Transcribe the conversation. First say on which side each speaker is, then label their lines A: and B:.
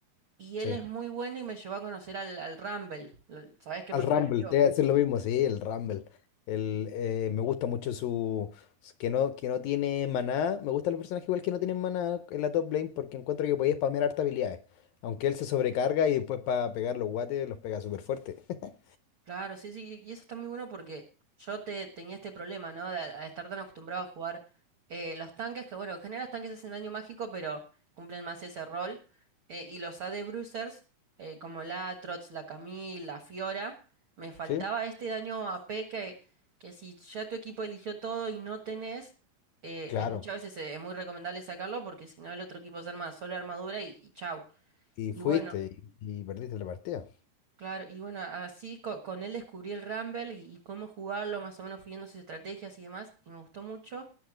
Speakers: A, on the right (about 85°); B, on the left (about 80°).
A: Y
B: Sí.
A: él es muy bueno y me llevó a conocer al, al Rumble. ¿Sabés qué
B: Al
A: personaje
B: Rumble,
A: digo?
B: te voy a decir lo mismo, sí, el Rumble. El, eh, me gusta mucho su, su- que no, que no tiene maná. Me gustan los personajes igual que no tienen maná en la top lane porque encuentro que podía spamear harta habilidades. Aunque él se sobrecarga y después para pegar los guates los pega súper fuerte. <laughs>
A: Claro, sí, sí, y eso está muy bueno porque yo te, tenía este problema, ¿no? De, a estar tan acostumbrado a jugar eh, los tanques, que bueno, en general los tanques hacen daño mágico, pero cumplen más ese rol. eh, y los A. D. Bruisers, eh, como la Trots, la Camille, la Fiora, me faltaba
B: ¿Sí?
A: este daño A. P. que, que si ya tu equipo eligió todo y no tenés, eh,
B: Claro.
A: eh, muchas veces eh, es muy recomendable sacarlo porque si no el otro equipo se arma solo armadura y, y chau.
B: Y
A: Y
B: fuiste
A: bueno,
B: y, y perdiste la partida.
A: Claro, y bueno, así co- con, él descubrí el Rumble y, y cómo jugarlo, más o menos fui viendo sus estrategias y demás, y me gustó mucho.